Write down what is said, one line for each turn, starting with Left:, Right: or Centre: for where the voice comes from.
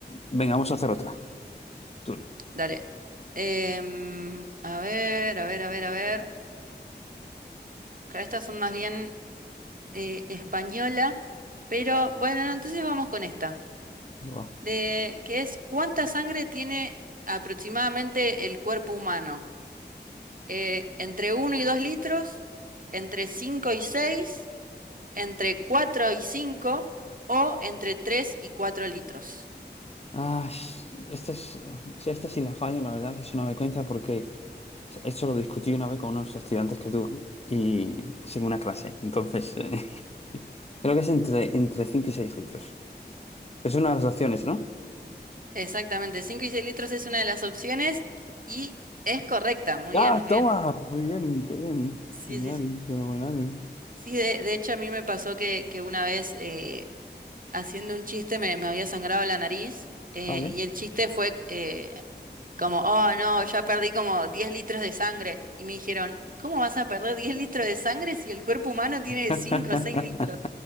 Left: venga, vamos a hacer otra. Turno.
Right: Dale. Em, a ver, a ver, a ver, a ver. Claro, estas son más bien eh, española, pero bueno, no, entonces vamos con esta.
Left: Va.
Right: De, que es ¿cuánta sangre tiene aproximadamente el cuerpo humano? eh, entre uno y 2 litros, entre 5 y 6, entre 4 y 5 o entre 3 y 4 litros.
Left: Ah, esta es, si esta sí la fallo, la verdad, es una vergüenza porque o sea, esto lo discutí una vez con unos estudiantes que tuve y sin una clase. Entonces, eh, <laughs> creo que es entre, entre 5 y 6 litros. Es una de las opciones, ¿no?
Right: Exactamente, cinco y seis litros es una de las opciones y es correcta. Muy
Left: ¡Ah,
Right: bien, muy
Left: toma!
Right: bien.
Left: Muy bien, qué bien.
Right: Sí,
Left: Genial,
Right: sí, sí.
Left: fenomenal.
Right: Sí, de, de hecho a mí me pasó que, que una vez eh, haciendo un chiste me, me había sangrado la nariz eh,
Left: Vale.
Right: y el chiste fue, eh, Como, oh no, ya perdí como 10 litros de sangre. Y me dijeron, ¿cómo vas a perder 10 litros de sangre si el cuerpo humano tiene
Left: <laughs>
Right: 5 o 6 litros?